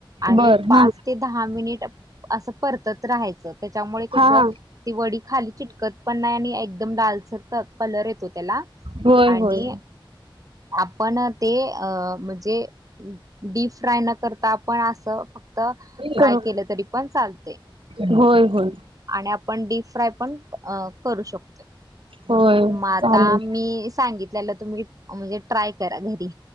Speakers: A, on the right (about 40°); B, on the right (about 80°).
A: आणि
B: बर
A: पाच
B: हा
A: ते दहा मिनिट असं परतत राहायचं त्याच्यामुळे कस
B: हा हा
A: ती वडी खाली चिटकत नाही आणि एकदम लालसर असा कलर येतो त्याला
B: होय
A: आणि
B: होय
A: आपण ते अ म्हणजे डीप फ्राय न करता आपण असं फक्त त ट्राय
B: करू
A: केलं तरी पण चालतय.
B: होय- होय
A: आणि आपण डीप फ्राय पण अ करू शकतोय
B: होय
A: मग आता
B: चालेल
A: मी सांगितलेलं तुम्ही- म्हणजे ट्राय करा घरी